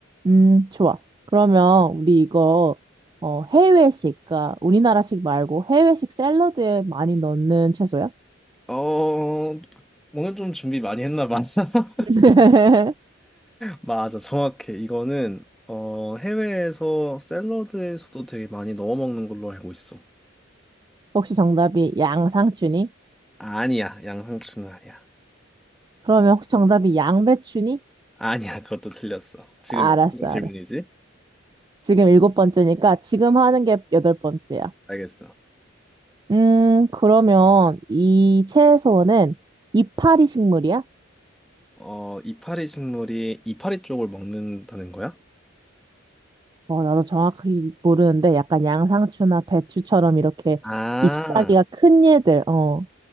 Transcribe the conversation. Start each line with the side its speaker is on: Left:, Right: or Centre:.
Right: 음, 좋아. 그러면 우리 이거 어, 해외식, 그러니까 우리나라식 말고 해외식 샐러드에 많이 넣는 채소야?
Centre: 어, 뭔가 좀 준비 많이 했나 봐. <laughs>
Right: <laughs>
Centre: 맞아, 정확해. 이거는 어, 해외에서 샐러드에서도 되게 많이 넣어 먹는 걸로 알고 있어.
Right: 혹시 정답이 양상추니?
Centre: 아니야, 양상추는 아니야.
Right: 그러면 혹시 정답이 양배추니?
Centre: 아니야, <laughs> 그것도 틀렸어. 지금
Right: 알았어,
Centre: 몇 번째 질문이지?
Right: 알았어. 지금 일곱 번째니까 지금 하는 게 여덟 번째야.
Centre: 알겠어.
Right: 음, 그러면 이 채소는 이파리 식물이야?
Centre: 어, 이파리 식물이 이파리 쪽을 먹는다는 거야?
Right: 어, 나도 정확히 모르는데 약간 양상추나 배추처럼 이렇게
Centre: 아,
Right: 잎사귀가 큰 얘들. 어,